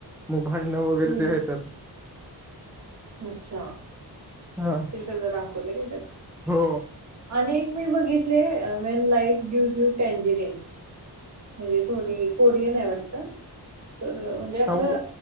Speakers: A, in the centre; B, on the right.
A: मग भांडण वैगैरे
B: हम्म
A: ते आहे त्यात.
B: अच्छा.
A: हा.
B: हे सगळं दावलं काय त्यात
A: हो
B: आणि मी एक बघितली play main life give you टेंजिरि म्हणजे थोडी कोरियन आहे वाटत तर म्हणजे आपलं
A: हो